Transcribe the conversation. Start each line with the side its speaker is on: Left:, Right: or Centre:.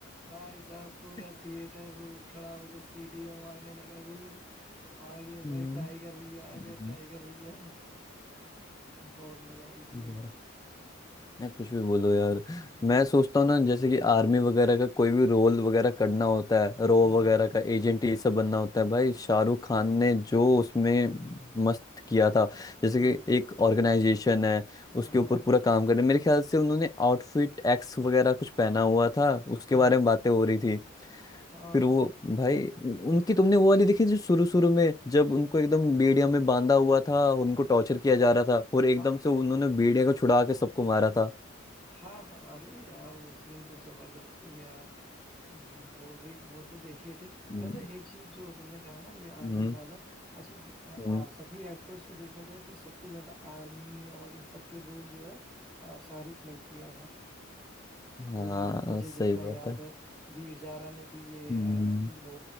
Centre: भाई साहब पूरा
Left: <laughs>
Centre: थिएटर खड़ा होके सीटियां मारने लगा वो आगे
Left: हम्म,
Centre: भाई टाइगर भैया आगे
Left: हम्म,
Centre: टाइगर भैया बहुत मजा आई थी
Left: हम्म।
Centre: वो
Left: ना कुछ भी बोलो यार
Centre: हम्म
Left: मैं सोचता हूँ ना जैसे कि आर्मी वगैरह का कोई भी रोल वगैरह करना होता है रो
Centre: हम्म
Left: वगैरह का एजेंट ये सब बनना होता है भाई शाहरुख खान ने जो उसमें मस्त किया था जैसे
Centre: हम्म,
Left: कि एक ऑर्गेनाइजेशन है उसके
Centre: आहा,
Left: ऊपर पूरा काम कर रहे हैं। मेरे ख्याल से उन्होंने आउटफिट एक्स वगैरह कुछ पहना हुआ था उसके
Centre: हम्म,
Left: बारे में बातें हो रही थी
Centre: हाँ
Left: फिर
Centre: हाँ
Left: वो भाई उनकी तुमने वो वाली देखी जो शुरू शुरू में जब उनको एकदम बेड़िया में बांधा हुआ था उनको टॉर्चर किया जा रहा था और एकदम
Centre: हाँ
Left: से उन्होंने बेड़िया को छुड़ा के सबको मारा था
Centre: हाँ हाँ अरे यार वो सीन तो जबरदस्त थी यार वो भी वो तो देखे थे
Left: हम्म
Centre: वैसे एक चीज जो तुमने कहा ना ये आर्मी
Left: हम्म,
Centre: वाला अच्छा आ,
Left: हम्म,
Centre: आ, सभी एक्टर्स से देखा जाए तो सबसे ज्यादा आर्मी और इन सब के रोल जो है आ, शाहरुख ने किया है
Left: हाँ
Centre: मतलब मुझे
Left: सही
Centre: जितना
Left: बात
Centre: याद
Left: है
Centre: है वीर जारा में भी ये
Left: हम्म,
Centre: आ, वो